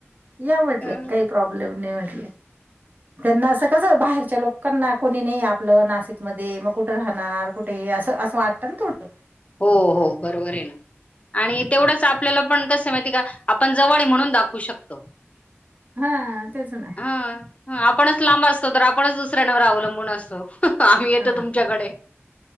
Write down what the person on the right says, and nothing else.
या म्हटलं
काही प्रॉब्लेम नाही म्हटल त्यांना असं कसं बाहेरच्या लोकांना कोणी नाही आपलं नासिक मध्ये मग कुठे राह णार कुठे असं असं वाटतं ना थोडं.
हा तेच ना
हा